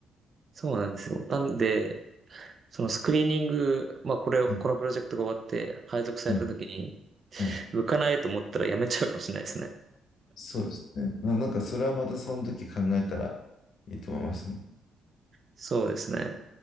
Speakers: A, on the right; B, on the left.
A: そうなんですよ。なんで、そのスクリーニング、まあこれを、
B: はい、
A: このプロジェクトが終わって配属された時に、
B: はい、はい
A: 向かないと思ったらやめちゃうかもしれないですね。
B: そうですね。な、なんかそれはまたその時考えたらいいと思いますね。
A: そうですね。